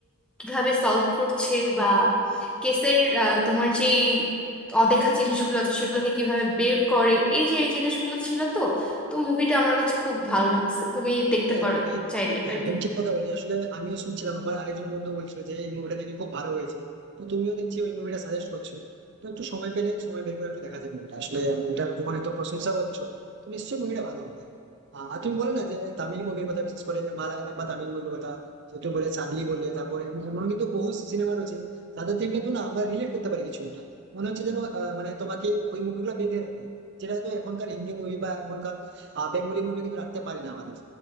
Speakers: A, in the centre; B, on the right.
A: কিভাবে সলভ করছে বা কেসের তোমার যে অদেখা জিনিসগুলো আছে সেগুলোকে কিভাবে বের করে এই যে এই জিনিসগুলো ছিল তো তো মুভিটা আমার কাছে খুব ভালো লাগছে তুমি দেখতে
B: হ্যাঁ
A: পারো
B: তুমি
A: চাইলে
B: হ্যাঁ
A: আর কি
B: তুমি ঠিক কথা বলেছো আসলে আমিও শুনছিলাম আমার আরেকজন বন্ধু বলছিল যে এই মুভিটা নাকি খুব ভালো হয়েছে তো তুমিও দেখছি ওই মুভিটা সাজেস্ট করছো তো একটু সময় পেলে সময় বের করে একটু দেখা যাবে মুভিটা আসলে মুভিটা যখন এত প্রশংসা করছো তো নিশ্চয়ই মুভিটা ভালো হবে আহ, আর তুমি বলে না যে তামিল মুভির কথা বিশেষ করে মালায়ালাম বা তামিল মুভির কথা যে তুমি বলে চার্লি বললে তারপরে এম- এমন কিন্তু বহু সিনেমা রয়েছে তাদের থেকে কিন্তু না আমরা রিলেট করতে পারি কিছু একটা। মনে হচ্ছে যেন আহ, মানে তোমাকে ওই মুভিগুলো বেঁধে রাখে যেটা হয়তো এখনকার হিন্দি মুভি বা এখনকার বেঙ্গলি মুভি কিন্তু রাখতে পারি না আমাদের